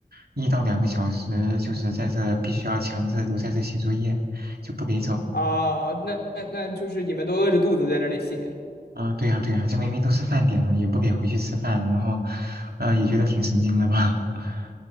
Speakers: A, on the right; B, on the left.
A: 一到两个小时，就是在这必须要强制留在这写作业，就不给走。
B: 啊、那那那就是你们都饿着肚子在那里写
A: 啊、对呀、对呀、这明明都是饭点了，也不给回去吃饭，然后，呃，也觉得挺神经的吧？<laughs>